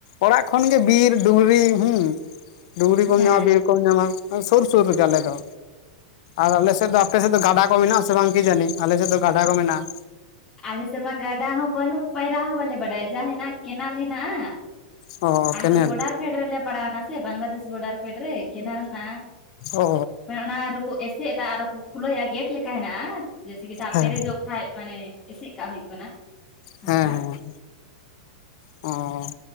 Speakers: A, on the left; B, on the left.
A: ᱚᱲᱟᱜ ᱠᱷᱚᱱ ᱜᱮ ᱵᱤᱨ ᱰᱩᱝᱨᱤ ᱦᱩᱸ᱾ ᱰᱩᱝᱨᱤ ᱠᱚᱢ
B: ᱦᱮᱸ
A: ᱧᱟᱢᱟ ᱵᱤᱨ ᱠᱚᱢ ᱧᱟᱢᱟ ᱥᱩᱨ ᱥᱩᱨ ᱨᱮᱜᱮ ᱟᱞᱮ ᱫᱚ᱾ ᱟᱨ ᱟᱞᱮ ᱥᱮᱫ ᱫᱚ ᱟᱨ ᱟᱯᱮ ᱥᱮᱫ ᱫᱚ ᱜᱟᱰᱟ ᱠᱚ ᱢᱮᱱᱟᱜᱼᱟ ᱥᱮ ᱵᱟᱝ ᱠᱤ ᱡᱟᱱᱤ ᱟᱞᱮ ᱥᱮᱫ ᱫᱚ ᱜᱟᱰᱟ ᱠᱚ ᱢᱮᱱᱟᱜᱼᱟ᱾
B: ᱟᱞᱮ ᱥᱮᱫ ᱢᱟ ᱜᱟᱰᱟ ᱦᱚᱸ ᱵᱟᱹᱱᱩᱜ ᱯᱟᱭᱨᱟ ᱦᱚᱸ ᱵᱟᱞᱮ ᱵᱟᱰᱟᱭᱟ ᱡᱟ ᱦᱮᱱᱟᱜ ᱠᱮᱱᱮᱞ ᱦᱮᱱᱟᱜᱼᱟ᱾
A: ᱚ
B: ᱟᱞᱮ
A: ᱠᱮᱱᱮᱞ
B: ᱫᱚ ᱵᱚᱰᱟᱨ ᱯᱷᱮᱰ ᱨᱮᱞᱮ ᱯᱟᱲᱟᱣ ᱮᱱᱟ ᱥᱮ ᱵᱟᱝᱞᱟᱫᱮᱥ ᱵᱚᱰᱟᱨ ᱯᱷᱮᱰ ᱨᱮ ᱠᱮᱱᱮᱞ ᱦᱮᱱᱟᱜ-ᱟ᱾
A: ᱚ
B: ᱢᱟᱱᱮ ᱚᱱᱟ ᱫᱚᱠᱚ ᱮᱥᱮᱫ ᱮᱫᱟ ᱟᱨᱦᱚ ᱠᱚ ᱠᱷᱩᱞᱟᱹᱭᱟ ᱜᱮᱴ ᱞᱮᱠᱟ ᱦᱮᱱᱟᱜᱼᱟ ᱡᱮᱥᱮ ᱠᱤ ᱫᱟᱜ
A: ᱦᱮᱸ
B: ᱯᱮᱨᱮᱡᱚᱜ᱾ ᱦᱟᱡ ᱢᱟᱱᱮ ᱮᱥᱮᱫ ᱠᱟᱜ ᱦᱩᱭᱩᱜ ᱠᱟᱱᱟ᱾
A: ᱦᱮᱸᱻ
B: ᱚᱱᱠᱟ
A: ᱦᱮᱸᱻ ᱚᱸᱻ᱾